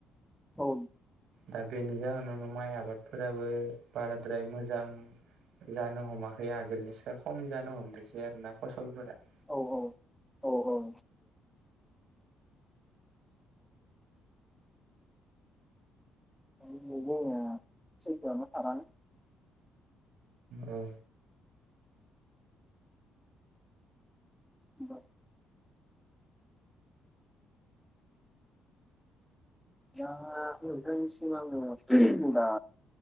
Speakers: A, in the centre; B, on the right (about 70°).
A: औ।
B: दा बेनि जाहोनावनो माइ आबादफोराबो बाराद्राय मोजां जानो हमाखै आगोलनिसा खम जानो हमदोंसै आरो ना फसलफोरा।
A: औ औ औ औ। <unintelligible>
B: ओ।
A: <inaudible> दा नोंथांनिसिम आङो दा